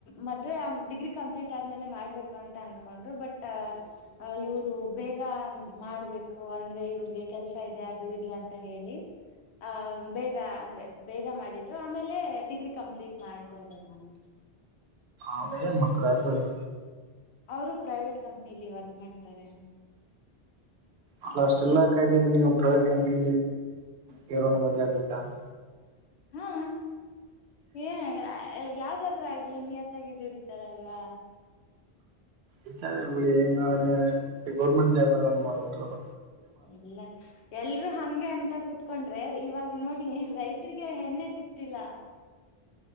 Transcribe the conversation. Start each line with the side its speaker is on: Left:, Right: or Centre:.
Left: ಮದ್ವೆ ಡಿಗ್ರಿ ಕಂಪ್ಲೀಟ್ ಆದ್ಮೇಲೆ ಮಾಡ್ಬೇಕು ಅಂತ ಅನ್ಕೊಂಡ್ರು ಬಟ್ ಇವ್ರು ಬೇಗ ಮಾಡ್ಬೇಕು ಅಂದ್ರೆ ಇವ್ರಿಗೆ ಕೆಲ್ಸ ಇದೆ ಅದು ಇದು ಅಂತ ಹೇಳಿ ಆ ಬೇಗ ಅಂದ್ರೆ ಬೇಗ ಮಾಡಿದ್ದು ಆಮೇಲೆ ಡಿಗ್ರಿ ಕಂಪ್ಲೀಟ್ ಮಾಡ್ಕೊಂಡೆ ನಾನು <inaudible>
Right: ಹಾ ಏನ್ ಮಾಡ್ತಾರೆ ಹಸ್ಬೆಂಡ್
Left: ಅವರು ಪ್ರೈವೇಟ್ ಕಂಪ್ನಿಲಿ ವರ್ಕ್ ಮಾಡ್ತಾರೆ
Right: ಅಲ್ಲ ಅಷ್ಟೆಲ್ಲಾ ಕಾಯ್ದಿದ್ದು ನೀವು ಪ್ರೈವೇಟ್ ಕಂಪ್ನಿ ಕರಳ ಮದುವೆ ಹಾಗಬೇಕಾ <unintelligible>
Left: ಹಾ ಏನ್ರ ಯಾವ್ದಾದ್ರ ಆಗ್ಲಿ ನೀಯತ್ತಾಗಿ ದುಡಿತಾರಲ್ವಾ
Right: ಇದಾರೆ ಬಿಡಿ ನಾನು ಗೌರ್ಮೆಂಟ್ ಜಾಬ ಮಾಡ್ಬ
Left: ಇಲ್ಲ ಎಲ್ರುೂ ಹಂಗೆ ಅಂತ ಕುೂ ಕುತ್ಕೊಂಡ್ರೆ ಇವಾಗ ನೋಡಿ ರೈತರಿಗೆ ಹೆಣ್ಣೆ ಸಿಕ್ತಿಲ್ಲ